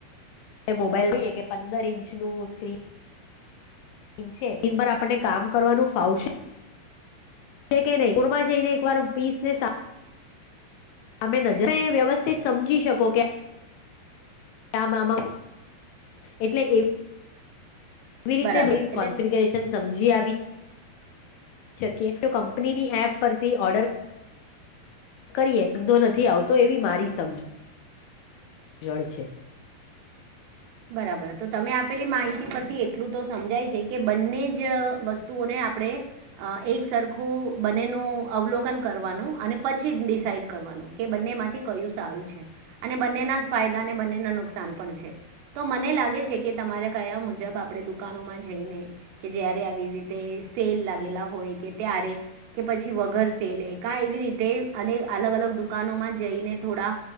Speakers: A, on the left; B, on the right.
A: મોબાઈલ જોઈએ કે પંદર ઇંચ નું સ્ક્રીન. છે એન પર આપણને કામ કરવાનું ફાવશે. કે નહી કોરમાં જઈને એક વાર પીસ ને. તમે નજરે તમે વ્યવસ્થિત સમજી શકો કે. મા એટલે એ. એવી રીતે
B: બરાબર
A: દ
B: એટલે
A: કોન્ફિગરેશન સમજી આવી. શકીએ તો કંપનીની એપ પરથી ઓર્ડર. કરીએ વાધો નથી આવતો એવી મારી સમજ. જડ છે.
B: બરાબર તો તમે આપેલી માહિતી પરથી એટલું તો સમજાય છે કે બંને જ વસ્તુઓને આપણે. અ એક સરખું બનેનું અવલોકન કરવાનું અને પછી ડિસાઈડ કરવાનું કે બંનેમાંથી કયું સારું છે અને બંનેના ફાયદા અને બંનેના નુકસાન પણ છે તો મને લાગે છે કે તમારા કયા મુજબ આપણે દુકાનોમાં જઈને કે જય્યારે આવી રીતે સેલ લાગેલા હોય કે ત્યારે કે પછી વગર સે લે કા એવી રીતે અલગ અલગ દુકાનોમાં જઈને થોડા